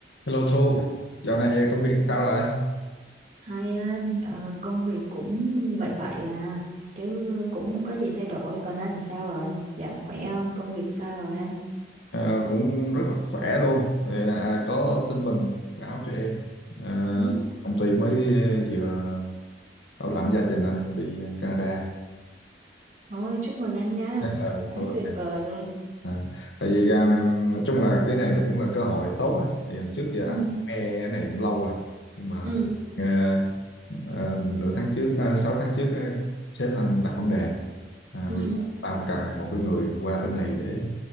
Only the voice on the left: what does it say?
Hello Thu, dạo này công việc sao rồi?
Ờ, cũng rất là khỏe luôn. Ờ, À, có tin mừng báo cho em. Ờ,
công ty mới vừa bảo lãnh gia đình anh đi Canada.
<laughs> Ờ,
À, tại vì um, nói chung là cái này cũng là cơ hội tốt á tại vì hồi trước giờ
anh nghe cái này cũng lâu rồi nhưng mà
ờ, ờ, nửa tháng trước ờ, sáu tháng trước ờ, sếp anh đặt vấn đề à,
bây giờ tao cần một cái người qua bên này để